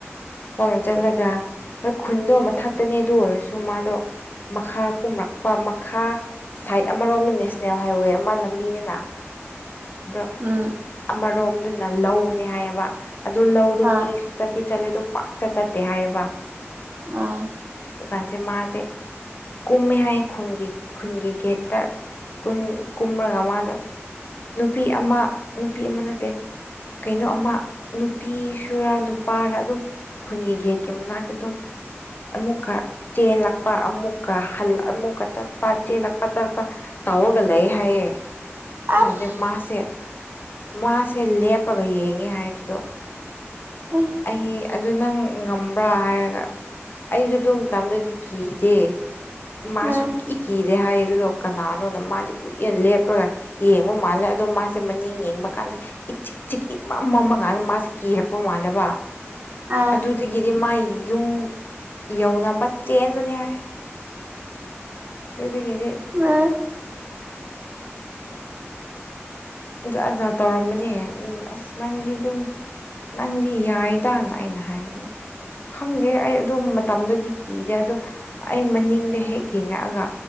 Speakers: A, on the left; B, on the right.
A: ꯈꯣꯡꯅ ꯆꯠꯂꯒ ꯍꯣꯏ ꯈꯨꯟꯗꯣ ꯃꯊꯛꯇꯅꯦ ꯑꯗꯨ ꯑꯣꯏꯔꯁꯨ ꯃꯥꯗꯣ ꯃꯈꯥ ꯀꯨꯝꯔꯛꯄ ꯃꯈꯥ ꯁꯥꯏꯠ ꯑꯃꯔꯣꯝꯅ ꯅꯦꯁꯅꯦꯜ ꯍꯥꯏꯋꯦ ꯑꯃ ꯂꯝꯕꯤꯅꯦꯅ ꯑꯗꯣ
B: ꯎꯝ
A: ꯑꯃꯔꯣꯝꯗꯨꯅ ꯂꯧꯅꯦ ꯍꯥꯏꯌꯦꯕꯥ ꯑꯗꯨ ꯂꯧꯗꯣ
B: ꯑꯥ
A: ꯃꯤ ꯇꯤ ꯆꯠꯂꯦꯗꯣ ꯄꯥꯛꯇ ꯆꯠꯇꯦ ꯍꯥꯏꯌꯦꯕꯥ
B: ꯑꯥ
A: ꯑꯗꯨꯀꯥꯟꯁꯦ ꯃꯥꯁꯦ ꯀꯨꯝꯃꯦ ꯍꯥꯏꯌꯦ ꯈꯨꯡꯒꯤ ꯈꯨꯟꯒꯤ ꯒꯦꯠꯇ ꯀꯨꯟ ꯀꯨꯝꯔꯒ ꯃꯥꯗꯣ ꯅꯨꯄꯤ ꯑꯃꯥ ꯅꯨꯄꯤ ꯑꯃ ꯅꯠꯇꯦ ꯀꯩꯅꯣ ꯑꯃꯥ ꯅꯨꯄꯤ ꯁꯨꯔꯥ ꯅꯨ ꯄꯥꯔ ꯑꯗꯨꯝ ꯈꯨꯟꯒꯤ ꯒꯦꯠꯀꯤ ꯃꯅꯥꯛꯇ ꯑꯗꯨꯝ ꯑꯃꯨꯛꯀ ꯆꯦꯜꯂꯛꯄ ꯑꯃꯨꯛꯀ ꯍꯜ ꯑꯃꯨꯛꯀ ꯆꯠꯄ ꯆꯦꯜꯂꯛꯄ ꯆꯠꯄ ꯇꯧꯑꯒ ꯂꯩ ꯍꯥꯏꯌꯦ ꯆꯨꯖꯥꯁꯦ
B: ꯑꯁ
A: ꯃꯥꯁꯦ ꯃꯥꯁꯦ ꯂꯦꯞꯔꯒ ꯌꯦꯡꯉꯦ ꯍꯥꯏꯗꯨꯗꯣ
B: <unintelligible>
A: ꯑꯩ ꯑꯗꯨ ꯅꯪ ꯉꯝꯕ꯭ꯔꯥ ꯍꯥꯏꯔꯒ ꯑꯩꯖꯨ ꯑꯗꯨ ꯃꯇꯝꯗꯨꯗꯤ ꯀꯤꯗꯦ ꯃꯥ
B: ꯑꯥ
A: ꯁꯨꯛꯀꯤ ꯀꯤꯗꯦ ꯍꯥꯏꯌꯦ ꯑꯗꯨꯗꯣ ꯀꯅꯥꯅꯣꯅ ꯃꯥꯗꯤ ꯀꯨꯏꯅ ꯂꯦꯞꯔꯒ ꯌꯦꯡꯕ ꯃꯥꯜꯂꯦ ꯑꯗꯣ ꯃꯥꯁꯦ ꯃꯅꯤꯡ ꯌꯦꯡꯕ ꯀꯥꯟꯗ ꯏꯆꯤꯛ ꯆꯤꯛ ꯏꯃꯝ ꯃꯝꯃ ꯀꯥꯟꯗ ꯃꯥꯁꯦ ꯀꯤꯔꯛꯄ ꯃꯥꯟꯂꯦꯕ
B: ꯑꯥ
A: ꯑꯗꯨꯗꯒꯤꯗꯤ ꯃꯥ ꯌꯨꯝ ꯌꯧꯅꯕ ꯆꯦꯟꯕꯅꯦ ꯍꯥꯏ ꯑꯗꯨꯗꯒꯤꯗꯤ
B: ꯃꯥꯏ
A: ꯖꯥꯠ ꯖꯥꯠ ꯇꯧꯔꯝꯕꯅꯦ ꯎꯝ ꯑꯁ ꯅꯪꯗꯤ ꯑꯗꯨꯝ ꯅꯪꯗꯤ ꯌꯥꯏꯗꯥ ꯅ ꯑꯩꯅ ꯍꯥꯏꯕ ꯈꯪꯗꯦ ꯑꯩ ꯑꯗꯨ ꯃꯇꯝꯗꯗꯤ ꯀꯤꯗꯦ ꯑꯗꯣ ꯑꯩ ꯃꯅꯤꯡꯗ ꯍꯦꯛ ꯌꯦꯡꯉꯛꯑꯒ